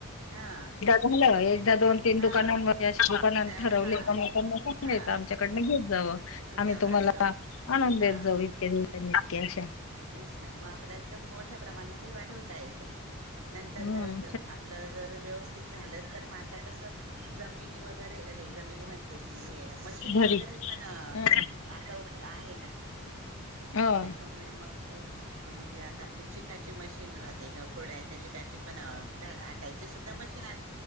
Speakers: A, on the right (about 75°); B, on the left (about 70°).
A: हा..
B: झाल. एकदा दोन तीन
A: हा
B: दुकानांमधे असे दुकान
A: दूध
B: ठरवले
A: हा
B: का त्यांना सांगायच
A: हा
B: आमच्याकडन घ्या. येत जाव.
A: घतावा
B: आम्ही तुम्हाला
A: असं
B: आणून
A: हा
B: देत जाऊ इतक्या दिवसांनी. इतक्या अशा.
A: तेच ना.. म आपल्याला त मोठ्या प्रमाणाने वाढवता येतो. नंतर
B: हं,
A: जर आपलं जर व्यवस्थित झालं तर, म आता कस जमिनीवर वगैरे जमिनी म्हणते मी मशीनी
B: घरी
A: वगैरे.. पण
B: हं,
A: आता प.. आहे ना?
B: हं.
A: त्याच्यामुळे मग काही.. म्हणजे आता आपली चिकाची मशीन राहते कुर्ड्यां त्याची पण हटायची सुद्धा मशीन आहे.